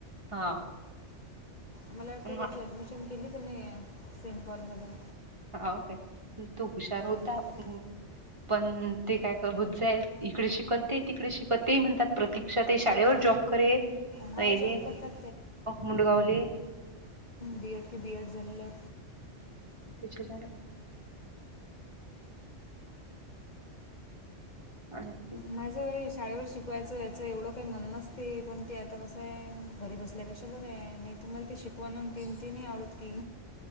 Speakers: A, on the right; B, on the left.
A: हा.
B: मला वाटतें
A: पण
B: त्याची ऍडमिशन केली त्याने सेंट पॉलमध्ये.
A: हो काय तो हूशार होता
B: ॲडमिशन
A: आप पण ते काय होत जाई इकडे शिकत ते तिकडे शिकत ते म्हणतात प्रतीक क्षात शाळेवर जॉब करे येले
B: हा जॉब करतात
A: मुंडगावले.
B: बी एड की बी एड झालं.
A: त्याच्याण आले ते.
B: माझं हे शाळेवर शिकवायचं याचं एवढं काही म्हण नसते कोणती आता कसं आहे घरी बसतते. आपल्यापेक्षा बरं आहे नाही तुम्हाला ते शिकवा तीन तीनही आवडत की